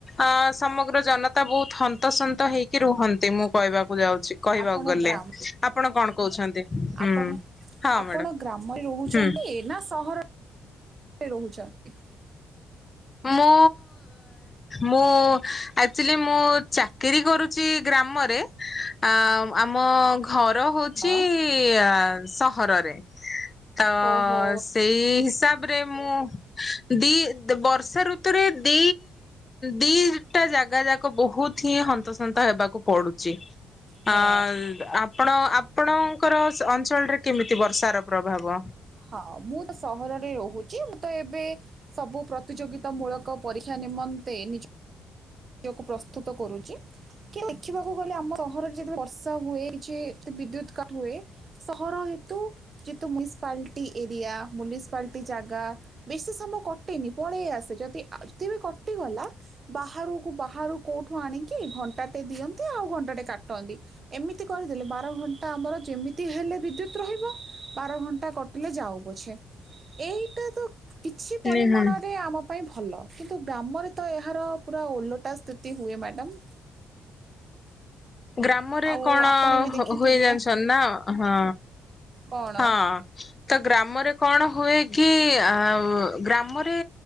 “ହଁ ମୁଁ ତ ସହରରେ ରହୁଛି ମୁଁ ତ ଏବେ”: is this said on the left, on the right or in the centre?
Right